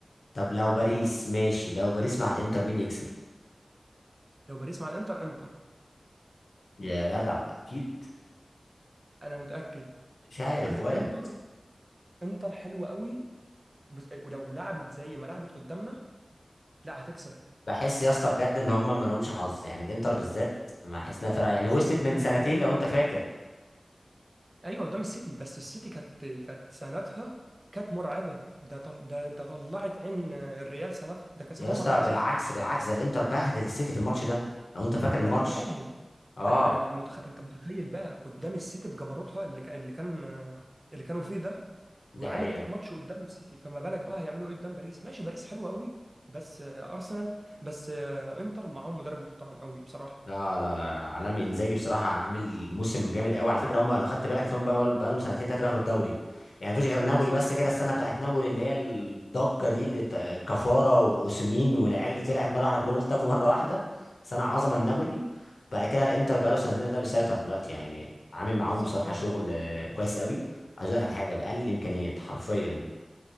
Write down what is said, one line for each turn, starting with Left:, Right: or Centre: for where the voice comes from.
Left: طب لو باريس
Right: اه
Left: ماشي لو باريس مع الإنتر مين يكسب؟
Right: لو باريس مع الانتر انتر
Left: يا جدع أكيد
Right: انا متاكد
Left: مش عارف
Right: لان انتر
Left: وارد
Right: انتر حلوه قوي بس- ولو لعبت زي ما لعبت قدامنا لا هتكسب
Left: بحس يا اسطى بجد إن هما ما لهمش حظ يعني الإنتر بالذات ما حاسس إنها فرقة يعني
Right: اصل
Left: وصلت
Right: خد بالك
Left: من سنتين
Right: انتر
Left: لو أنت فاكر
Right: ايوه قدام السيتي بس السيتي كانت كانت سنتها كانت مرعبه ده طل... ده ده طلعت عين الريال سنتها ده كسبوهم
Left: يا اسطى
Right: 4-0
Left: بالعكس بالعكس ده الانتر بهدل السيتي في الماتش ده لو انت فاكر الماتش
Right: ما انا فاهم
Left: اه
Right: انا انا متخ... انت متخيل بقى قدام السيتي بجبروتها اللي ك... اللي كان اللي كانوا فيه ده
Left: دي
Right: وعملت
Left: حقيقه
Right: ماتش قدام السيتي فما بالك بقى هيعملوا ايه قدام باريس ماشي باريس حلوه قوي بس ارسنال بس انتر معاهم مدرب محترم قوي بصراحه
Left: لا لا لا عالمي انزاجي بصراحه عامل موسم جامد قوي على فكره هم لو خدت بالك هم بقى لهم سنتين ثلاثه بياخدوا الدوري يعني مفيش غير نابولي
Right: بالظبط
Left: بس
Right: اه
Left: كده السنه بتاعت نابولي اللي هي الضجه دي اللي ت- كفاره واوسيمين والعيال اللي طلعت مره واحده كلهم اختفوا مره واحده سنه عظمه لنابولي بعد كده الانتر بقى له سنتين ثلاثه بيسيطر دلوقتي يعني عامل معاهم
Right: بالظبط
Left: بصراحه
Right: اه
Left: شغل آه، كويس قوي عايز اقول لك على حاجه باقل الامكانيات حرفيا